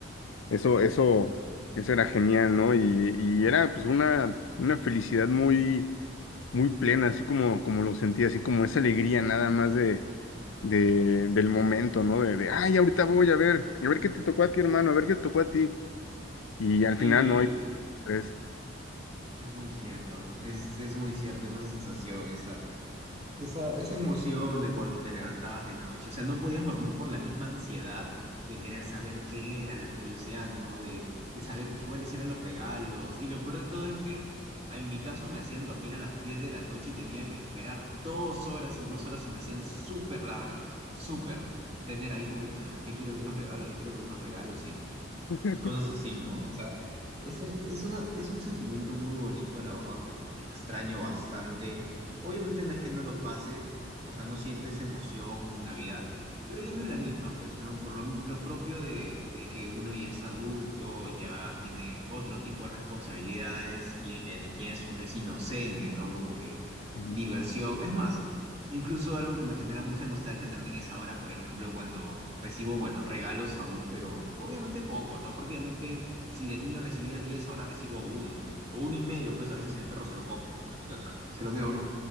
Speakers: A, on the left (about 85°); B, on the right (about 30°).
A: eso, eso, eso era genial, ¿no? Y, y era pues una, una felicidad muy, muy plena, así como, como lo sentía, así como esa alegría nada más de, de, del momento, ¿no? De, de, ay, ahorita voy a ver, a ver qué te tocó a ti, hermano, a ver qué te tocó a ti. Y al
B: Sí,
A: final no hay tres.
B: es muy cierto. Es, es muy cierto esa sensación, esa. Esa, esa emoción de cuando te levantabas de noche, o sea, no podías dormir por la misma ansiedad de querer saber qué era, la curiosidad, ¿no? De, de saber qué, cuáles eran los regalos. Y lo peor de todo es que ah, en mi caso me hacían dormir a las 10 de la noche y tenía que esperar dos horas y dos horas se me hacían súper largas, súper. Tener ahí como que, "Ah, ya quiero ver los regalos, ya quiero ver los regalos. Y
A: <laughs>
B: y cosas así, ¿no? O sea, ese es una, es un sentimiento muy bonito, la verdad, que, que extraño bastante. Obviamente no es que no lo pase, o sea, no siente esa emoción Navidad, pero ya no es la misma, pues, ¿no? Por lo, lo propio de, de que uno ya es adulto, ya tiene otro tipo de responsabilidades y en la niñez uno es inocente, ¿no? Como que
A: Ujú.
B: diversión. Es más, Incluso algo que me genera mucha nostalgia también es ahora, por ejemplo, cuando recibo, bueno, regalos aún, pero obviamente poco, ¿no? Prácticamente si de niño recibía 10 ahora recibo uno, pues, o uno y medio, pues a veces el perro se lo come, ¿no? La mitad, <laughs> se lo queda uno.